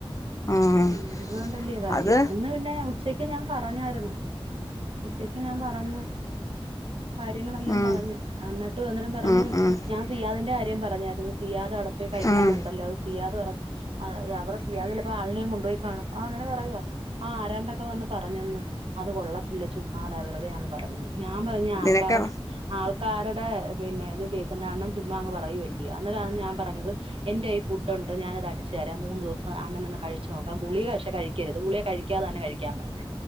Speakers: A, on the left (about 35°); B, on the right (about 70°).
A: ആഹ്
B: ഉം തുകൊണ്ട്ലിയ കാര്യം
A: അത്
B: ഇന്ന് പിന്നെ ഉച്ചക്ക് ഞാൻ പറഞ്ഞായിരുന്നു ഉച്ചക്ക് ഞാൻ പറഞ്ഞു. കാര്യങ്ങളെല്ലാം
A: ഉം
B: പറഞ്ഞ് എന്നിട്ട് അന്നേരം പറഞ്ഞു
A: ഉം ഉം
B: ഞാൻ സിയാതിന്റെ കാര്യം പറഞ്ഞായിരുന്നു സിയാത അവിടേ കഴിക്കുന്നുണ്ടല്ലോ
A: ഉം
B: അത് സീയാദ് പറ അ അവറ ചെയ്യാതില്ലപ്പോ ആളിനെയം കൊണ്ടുപോയി കാണും ആ അങ്ങനെ പറയുക ആ ആരാണ്ടൊക്കെ വന്ന് പറഞ്ഞന്ന് അത് കൊള്ളത്തില്ല ചുമ്മാത വെറുതെയാന്ന് പറഞ്ഞു ഞാൻ പറഞ്ഞു
A: നിനക്ക്
B: പറഞ്ഞ
A: ഉം
B: ആൾക്കാരുടെ പിന്നെ ഇത് കേൾക്കുന്ന അണ്ണൻ ചുമ്മാ അങ്ങ് പറയു വല്ല്യോ അന്നേരാന്ന് ഞാൻ പറഞ്ഞത് എന്റെ ഈ ഫുഡ് ഒണ്ട് ഞാന അത് അടിച്ച്തരാം മൂന്ന് ദിവസം അന്നനൊ ന്ന് കഴിച്ചു നോക്ക ഗുളിക കശെ കഴിക്ക കിക്കരുത് ഗുളിയെ കഴിക്കാതെ തന്നെ കഴിക്കാൻ പറഞ്ഞ്.